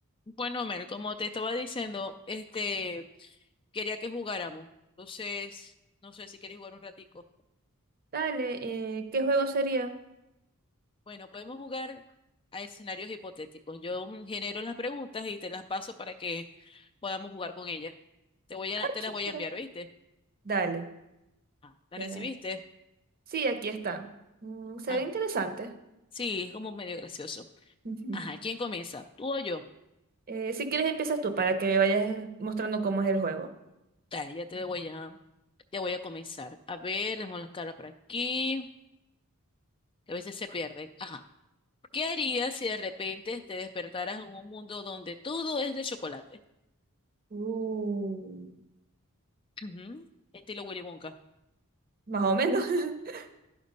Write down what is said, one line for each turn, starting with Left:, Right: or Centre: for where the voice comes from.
Left: Bueno, Mel, como te estaba diciendo, este, quería que jugáramos. Entonces, no sé si quieres jugar un ratico.
Right: Dale, eh, ¿qué juego sería?
Left: Bueno, podemos jugar a escenarios hipotéticos. Yo mm, genero las preguntas y te las paso para que podamos jugar con ellas. Te voy a,
Right: Ah,
Left: te
Right: chévere.
Left: las voy a enviar, ¿oíste?
Right: Dale,
Left: Ah, ¿las
Right: ya
Left: recibiste?
Right: dale. Sí, aquí está. Mm, se
Left: Ah,
Right: ve interesante.
Left: sí, es como medio gracioso.
Right: Ujú.
Left: Ajá, ¿quién comienza? ¿Tú o yo?
Right: Eh, si quieres empiezas tú para que me vayas mostrando cómo es el juego.
Left: Dale, ya te voy a, ya voy a comenzar. A ver, dejemos las caras por aquí. que A veces se pierden. Ajá. ¿Qué harías si de repente te despertaras en un mundo donde todo es de chocolate?
Right: Uh,
Left: Ujú, Estilo Willy Wonka.
Right: más o menos. <laughs>